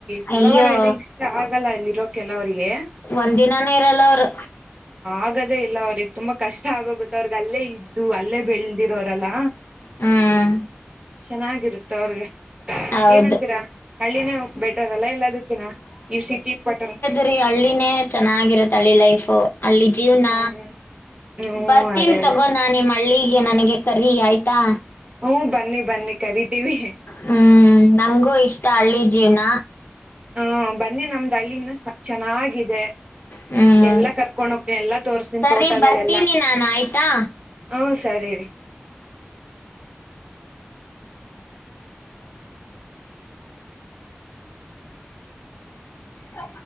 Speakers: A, on the right; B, on the left.
A: ಸರೋವರ
B: ಅಯ್ಯೋ
A: ಎಲ್ಲ ಇಷ್ಟ ಆಗಲ್ಲ ಇಲ್ಲಿ ಇರೋಕ್ ಕೆಲವರಿಗೆ
B: ಒಂದು ದಿನಾನೂ ಇರಲ್ಲ ಅವರು.
A: ಆಗದೇ ಇಲ್ಲ ಅವ್ರಿಗೆ ತುಂಬಾ ಕಷ್ಟ ಆಗ ಗೊತ್ತ ಅವ್ರಿಗೆ ಅಲ್ಲೇ ಇದ್ದು ಅಲ್ಲೇ ಬೆಳದಿರೋರಲ್ಲ.
B: ಹ್ಮ್
A: ಚೆನ್ನಾಗಿರುತ್ತೆ ಅವ್ರಿಗೆ
B: ಹೌದು
A: ಏನಂತೀರಾ ಹಳ್ಳಿನೇ ಬೆಟರ್ ಅಲ್ಲ ಎಲ್ಲದ್ ಕಿನಾ ಈವ ಸಿಟಿ ಪಟನ್
B: ಬರೀ ಹಳ್ಳಿನೇ ಚೆನ್ನಾಗಿರತ್ತೆ ಹಳ್ಳಿ ಲೈಫು ಹಳ್ಳಿ ಜೀವನ
A: ಹ್ಮ್ ಹ್ಮ
B: ಬರ್ತೀನಿ
A: ಅದೇ ಅದೇ
B: ತಗೋ ನಾ ನಿಮ್ಮ ಹಳ್ಳಿಗೆ ನನಿಗೆ ಕರಿ ಆಯ್ತಾ.
A: ಹ್ಮ್ ಹ್ಮ್ ಬನ್ನಿ ಬನ್ನಿ ಕರಿತೀವಿ.
B: ಹ್ಮ್ ನಂಗೂ ಇಷ್ಟ ಹಳ್ಳಿ ಜೀವನ
A: ಹ್ಮ್ ಬನ್ನಿ ನಮ್ದು ಹಳ್ಳಿ ಇನ್ನ ಚೆನ್ನಾಗಿದೆ.
B: ಹ್ಮ್
A: ಎಲ್ಲಾ ಕರ್ಕೊಂಡ್ ಹೋಗ್ತೊನಿ ಎಲ್ಲಾ ತೋರ್ಸ್ತನಿ
B: ಸರಿ
A: ತೋಟಗಳೆಲ್ಲ.
B: ಬರ್ತೀನಿ ನಾನು ಆಯ್ತಾ.
A: ಹ್ಮ್ ಸರಿ ರೀ
B: ಹ